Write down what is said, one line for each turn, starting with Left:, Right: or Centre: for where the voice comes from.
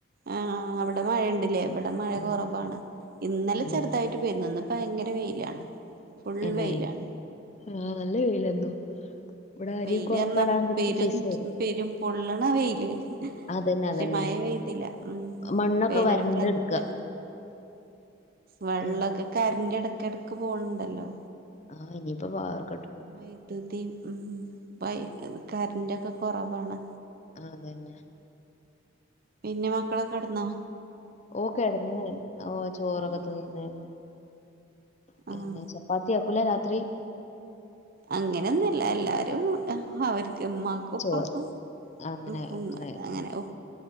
Right: ആ അവിടെ മഴ ഉണ്ടില്ലേ എവിടെ മഴ
Left: ഉം
Right: കുറവാണ് ഇന്നലെ
Left: ഉം
Right: ചെറുതായിട്ട് പോയിന്നന്ന് ഇ ഭയങ്കര വെയിലാണ് ഫുൾ
Left: എന്നെ
Right: വെയിലാണ്
Left: ആഹ് നല്ല വെയിലായിരുന്നു ഇവിടെ അരി
Right: വെയില്
Left: ഒക്കെ ഉണക്കാടാൻ
Right: പറഞ്ഞ
Left: പറ്റിയ
Right: പെരും
Left: സൈസ് ആയിരുന്നു
Right: പെരും പൊള്ണ വെയില്
Left: അതന്നെ
Right: പക്ഷെ
Left: അതന്നെ
Right: മഴ തില്ല ഉ
Left: മണ്ണൊക്കെ
Right: വേനൽക്കാലക്ക
Left: വരണ്ട് എടുക്ക
Right: പോ വെള്ളമൊക്കെ
Left: ഏഹ്
Right: കരറ് ഇടക്ക ഇടക്ക് പോണണ്ടല്ലോ
Left: ആ ഇനിപ്പൊ വാറും
Right: വൈദ്യുതി ഉം വൈ കറന്റൊക്കെ കുറവാണ്
Left: ആതന്നെ
Right: പിന്നെ മക്കളൊക്കെ കടന്നാ
Left: ഓ കടന്ന് ഓ ചോറൊക്കെ
Right: ഉം
Left: തിന്ന പിന്നെ
Right: ആഹ്
Left: ചപ്പാത്തിയാക്കൂല രാത്രി
Right: അങ്ങനെയൊന്നല്ല എല്ലാരും അവർക്ക് ഉ്മാക്ക ഉപ്പാക്കും
Left: ചോറ് അങ്ങനെ
Right: ഉപ്പ
Left: പറ്റണായിരുന്നു
Right: അങ്ങനെ ഉ്